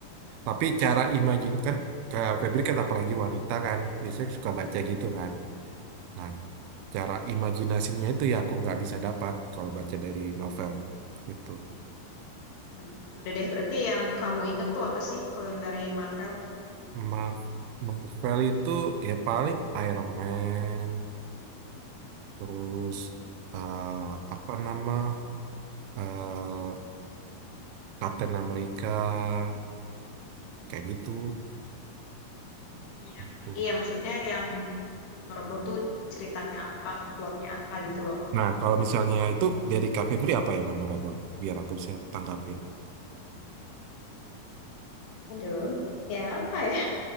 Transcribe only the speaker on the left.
Hmm. Udah deh, berarti yang kamu inget tuh apa sih kalau yang dari Marvel?
Yang
iya maksudnya yang memorable tuh ceritanya apa, plotnya apa gitu loh.
Aduh, ya apa ya?